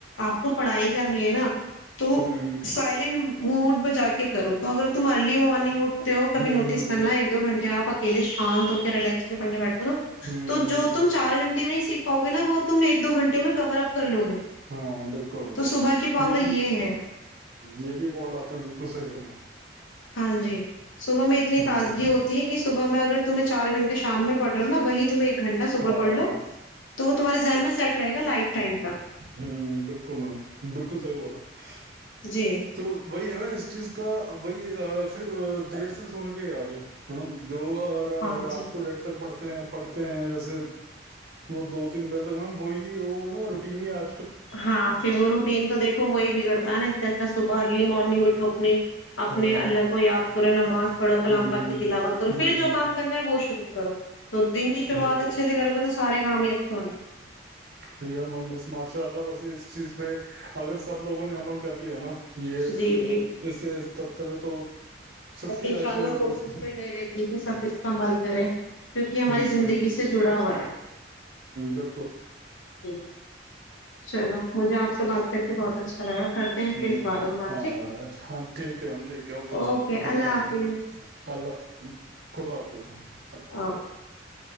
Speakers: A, on the left; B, on the right.
A: آپ کو پڑھائی کرنی ہے نا تو
B: ہوں
A: سائلینٹ موڈ بجا کے کرو تو اگر تم ارلی مارنگ اٹھتے ہو کبھی
B: ہوں
A: نوٹس کرنا ایک دو گھنٹے آپ کےے شانت ہو کے رس پل <unintelligible> نا
B: ہوں
A: تو جو تم چار گھنٹے میں سیککھاؤ گےا وہ تم ایک دو گھٹے میں کور اپ کر لو گے
B: ہاں بالکل
A: تو
B: بالکل
A: صبح کی پاور
B: یہ بھی ہ
A: ہے
B: یہ بھی پوائنٹ آپ نے بالکل صحیح فرمایا
A: ہاں جی صبح میں اتنی
B: ہوں
A: تازگی ہوتی ہے کہ صبح میں اگر تمہیں چار گھنے شام میں پڑ رہا ہو نا وہی تمہیں ایک گنٹہ صبح
B: ہاں
A: پڑ لو تو وہ تمہارے ذن میں سیٹ رہے گا لائف ٹائم تک
B: ہوں بالکل ہاں بالکل صحب اورڑا <unintelligible>
A: جی
B: تو وہی ہے اس چیز کا بی پھر دیر سے سن کے ہی آ گیا م جو رات
A: ہاں جی
B: کو ڈیڑھ تک پڑھتے ہیں پڑھتے ہیں جیسے وہ دو تین بجے تک وہی وہ نا روٹین ہی آ
A: ہاں پھر وہ روٹین تو دیکھو وہی بگڑتا ہے نا اس سے اچھا س برلی مارنگ اٹھو اپنی اپنے
B: ہاں
A: اللہ کو یاد کرو نماز پڑو کلام
B: ہوں
A: پک کی تلاوت کرو ف
B: ہوں
A: پھر جو کام کرنا ہے وہ شروع کرو <unintelligible> شروعات
B: بالکل
A: اچھے سے کرو گے تو سارے کام ہی اچھے ہونے ہیں
B: ہیا بس ماشاء اللہ بس اس چیز پہ اگر سب لوگوں نے عمل کر لیا ہے نا یہ
A: جی
B: اس تت پہ تو سب
A: بس
B: کی لائف
A: انشاء
B: ہ
A: اللہ کوشش تو یہی رہتی ہے کہ سب مل کریں کیوںکہ ہماری
B: ہ
A: زندگی سے جڑا ہوا ہے
B: بالکل
A: ج چلو مجھے آپ سے بات کر کے بہت اچھا لگا کرتے ہیں
B: ہ
A: پ بارہ بار
B: ہاں
A: ٹھیک
B: ہاں ٹھیک ہے میم ٹھیک ہے
A: اوکے
B: دھنیہ
A: اللہ حافظ
B: واد اللہ خوب اس <unintelligible>
A: ا <inaudible> <unintelligible>